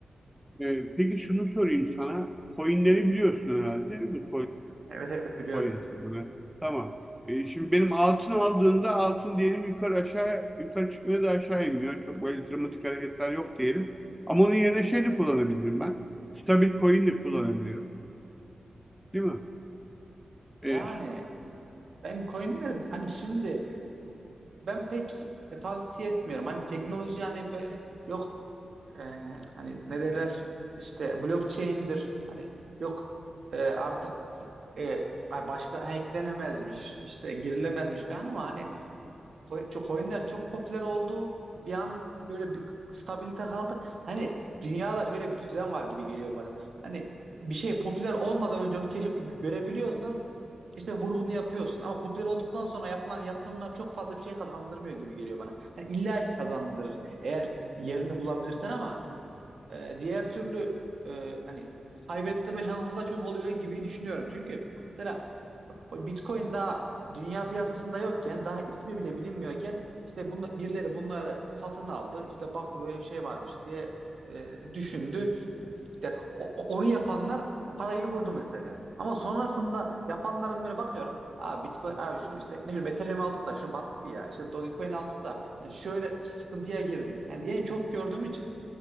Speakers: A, in the centre; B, on the right.
A: E, peki şunu sorayım sana. Coinleri biliyorsun herhalde değil mi?
B: evet evet biliyorum
A: Konya turuna. Tamam. E, şimdi benim altın aldığında altın diyelim yukarı aşağı yukarı çıkmıyor da aşağı inmiyor. Çok böyle dramatik hareketler yok diyelim. Ama onun yerine şey de kullanabilirim ben. Stabil coin de kullanabilirim. Değil mi? E,
B: yani ben coinler hani şimdi ben pek e, tavsiye etmiyorum hani teknoloji hani böyle yok e, hani ne derler işte blockchain'dir hani yok e, artık e, ay başka hacklenemezmiş işte girilemezmiş falan ama hani coin- çok coinler çok popüler oldu bir an böyle bir stabilite kaldı hani dünyada şöyle bir düzen var gibi geliyor bana hani bir şey popüler olmadan önce onu keş- görebiliyorsan işte vurgunu yapıyorsun ama popüler olduktan sonra yapılan yatırımlar çok fazla bir şey kazandırmıyor gibi geliyor bana. Hani illa ki kazandırır eğer yerini bulabilirsen ama e, diğer türlü e, hani kaybettirme şansı da çok oluyor gibi düşünüyorum. Çünkü mesela o Bitcoin daha dünya piyasasında yokken daha ismi bile bilinmiyorken işte bunla, birileri bunları satın aldı. İşte baktı böyle bir şey varmış diye e, düşündü. İşte o- o- onu yapanlar parayı vurdu mesela. Ama sonrasında yapanların böyle bakıyorum. Abi Bitcoin abi şunu işte ne bileyim Ethereum aldık da şu battı ya. İşte Dogecoin aldık da hani şöyle sıkıntıya girdik. Yani diyen çok gördüğüm için